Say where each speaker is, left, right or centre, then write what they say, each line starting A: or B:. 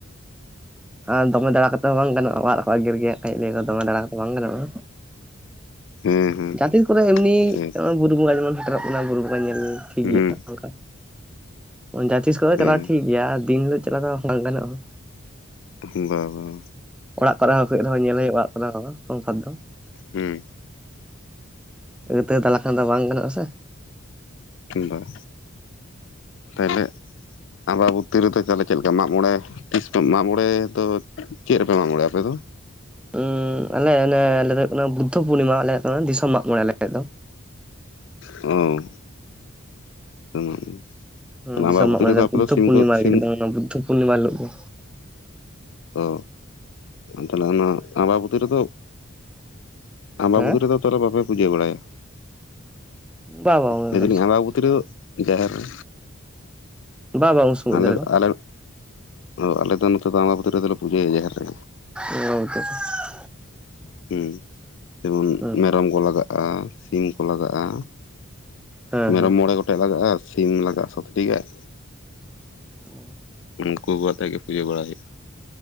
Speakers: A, in the centre; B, on the left.
A: ᱟᱨ ᱫᱚᱢᱮ ᱫᱟᱲᱟ ᱠᱟᱛᱮᱫ ᱦᱚᱸ ᱵᱟᱝ ᱜᱟᱱᱚᱜᱼᱟ, ᱚᱲᱟᱜ ᱠᱚᱸ ᱮᱜᱮᱨ ᱜᱮᱭᱟ, ᱠᱟᱹᱡ ᱞᱟᱹᱭᱟᱠᱚ ᱫᱚᱢᱮ ᱫᱟᱰᱟ ᱠᱟᱛᱮᱫ ᱵᱟᱝ ᱜᱟᱱᱚᱜᱼᱟ᱾
B: ᱦᱮᱸ ᱦᱮᱸ ᱦᱮᱸ
A: ᱡᱟᱦᱟᱛᱤᱥ ᱠᱚᱨᱮ ᱮᱢᱱᱤ
B: ᱴᱷᱤᱠ
A: ᱱᱳᱚᱭ ᱵᱩᱨᱩ ᱵᱚᱸᱜᱟ ᱡᱮᱢᱚᱱ ᱥᱮᱴᱮᱨᱚᱜ ᱠᱟᱱᱟ ᱵᱩᱨᱩ ᱵᱚᱸᱜᱟ ᱧᱮᱞ ᱴᱷᱤᱠ ᱜᱮᱭᱟ
B: ᱦᱩᱸ
A: ᱚᱱᱠᱟ᱾ ᱡᱟᱦᱟᱸ ᱛᱤᱥ ᱠᱚᱨᱮᱜ
B: ᱦᱮᱸ
A: ᱪᱟᱞᱟᱣ ᱴᱷᱤᱠ ᱜᱮᱭᱟ, ᱫᱤᱱ ᱫᱚ ᱪᱟᱞᱟᱜᱣ ᱫᱚ ᱵᱟᱝ ᱜᱟᱱᱚᱜᱼᱟ᱾
B: ᱵᱟᱝ - ᱵᱟᱝ
A: ᱚᱲᱟᱜ ᱠᱚᱨᱮᱦᱚᱸ ᱠᱟᱹᱡ ᱨᱮᱦᱚᱸ ᱧᱮᱞ ᱦᱩᱭᱩᱜᱼᱟ, ᱚᱲᱟᱜ ᱠᱚᱨᱮ ᱥᱚᱝᱥᱟᱨ ᱫᱚ᱾
B: ᱦᱩᱸ
A: ᱟᱹᱶᱲᱟᱹ ᱛᱟᱹᱶᱲᱟᱹ ᱫᱟᱲᱟ ᱠᱷᱟᱱ ᱫᱚ ᱵᱟᱝ ᱜᱟᱱᱚᱜᱼᱟ ᱥᱮ᱾
B: ᱵᱟᱝ ᱛᱟᱦᱞᱮ ᱟᱵᱟᱵᱚᱛᱤᱨᱮᱫᱚ ᱛᱟᱦᱞᱮ ᱪᱮᱫ ᱢᱟᱜᱽᱢᱚᱬᱮ ᱛᱤᱥ ᱢᱟᱜ ᱢᱚᱬᱮ ᱫᱚ ᱪᱮᱫ ᱨᱮᱯᱮ ᱢᱟᱜᱽ ᱢᱚᱬᱮᱭᱟ ᱟᱯᱮᱫ ᱫᱚ?
A: ᱦᱸ ᱟᱞᱮ ᱟᱞᱮ ᱫᱚ ᱦᱩᱭᱩᱜ ᱠᱟᱱᱟ, ᱵᱩᱫᱽᱫᱷᱚ ᱯᱩᱨᱱᱤᱢᱟ ᱟᱞᱮ ᱫᱚ ᱦᱩᱭᱩᱜ ᱠᱟᱱᱟ, ᱫᱤᱥᱚᱢ ᱢᱟᱜ ᱢᱚᱬᱮ ᱟᱞᱮ ᱫᱚ᱾
B: ᱚ <unintelligible> ᱛᱟᱦᱚᱞᱮ
A: ᱫᱤᱥᱚ
B: ᱟᱢᱵᱟᱵᱚᱛᱤ
A: ᱢᱟᱜᱽᱢᱬᱮ
B: ᱨᱮᱫᱚ ᱟᱯᱮ
A: ᱵᱩᱫᱽᱫᱷᱚ
B: ᱫᱚ ᱥᱤᱢ
A: ᱯᱩᱨᱱᱤᱢᱟ
B: ᱠᱚ ᱥᱤᱢ
A: ᱮᱠᱫᱚᱢ ᱚᱱᱟ ᱵᱩᱫᱽᱫᱷᱚ ᱯᱩᱨᱱᱤᱢᱟ ᱦᱤᱞᱳᱜ ᱜᱮ᱾
B: ᱚ ᱛᱟᱦᱚᱞᱮ ᱚᱱᱟ ᱟᱸᱵᱟᱵᱚᱛᱤ ᱨᱮᱫᱚ, ᱟᱢᱵᱟ
A: ᱦᱮᱸ
B: ᱵᱩᱫ ᱨᱮᱫᱚ ᱛᱟᱦᱚᱞᱮ ᱵᱟᱯᱮ ᱯᱩᱡᱟᱹ ᱵᱟᱲᱟᱭᱟ᱾
A: ᱵᱟ ᱵᱟᱝ
B: ᱞᱟᱹᱭ ᱫᱟᱞᱤᱧ ᱟᱸᱵᱟᱵᱡᱛᱤ ᱨᱮ ᱡᱟᱦᱮᱨ ᱨᱮ,
A: ᱵᱟ ᱵᱟᱝ ᱩᱱ ᱥᱚᱢᱚᱭ
B: ᱟᱞᱮ
A: ᱫᱚ ᱫᱚ
B: ᱟᱞᱮ ᱚ ᱟᱞᱮ ᱫᱚ ᱱᱚᱛᱮ ᱫᱚ ᱟᱸᱵᱟᱵᱚᱛᱤ ᱨᱮᱫᱚᱞᱮ ᱯᱩᱡᱟᱹᱭᱟ ᱡᱟᱦᱮᱨ ᱨᱮ᱾
A: ᱚ <unintelligible>
B: ᱦᱩᱸ, ᱡᱮᱢᱚᱱ
A: ᱦᱮᱸ
B: ᱢᱮᱨᱚᱢ ᱠᱚ ᱞᱟᱜᱟᱜᱼᱟ᱾ ᱟ ᱥᱤᱢ ᱠᱚ ᱞᱟᱜᱟᱜᱼᱟ,
A: ᱦᱮᱸ
B: ᱢᱮᱨᱚᱢ
A: ᱦᱮᱸ
B: ᱢᱚᱬᱮ ᱜᱚᱴᱮᱡ ᱞᱟᱜᱼᱟ ᱥᱤᱢ ᱞᱟᱜᱼᱟ ᱥᱟᱛ ᱴᱷᱤ ᱜᱟᱡ,
A: ᱚ
B: ᱩᱱᱠᱩ ᱠᱚ ᱟᱛᱮᱜ ᱜᱮ ᱯᱩᱡᱟᱹ ᱵᱟᱲᱟᱭ ᱦᱩᱭᱩᱜᱼᱟ᱾